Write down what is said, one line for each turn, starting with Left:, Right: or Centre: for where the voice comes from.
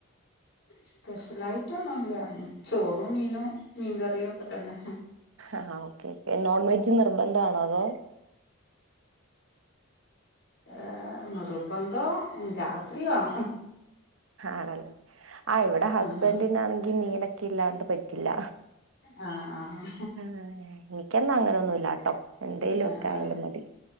Left: സ്പെഷ്യലായിട്ടൊന്നുല്ല ചോറും മീനും മീൻ കറിയും ഒക്കെ തന്നെ
Right: ആഹ് ഓക്കേ ഓക്കെ നോൺ വെജ് നിർബന്ധ ന്ധാണോ അതോ
Left: ഏഹ് നിർബന്ധം രാത്രി വാണം.
Right: ആണല്ലേ അ ഇവടെ ഹസ്ബെൻറിനാണെങ്കി
Left: ആഹ്
Right: മീനൊ ഇല്ലാണ്ട് പറ്റില്ല
Left: ആഹ് ആഹ്
Right: ആ എനിക്കൊന്നും അങ്ങനെ ഒന്നുല്ല <unintelligible> എന്തേലും
Left: ആഹ്
Right: ഒക്കെ
Left: ആഹ്
Right: ആയാലും മതി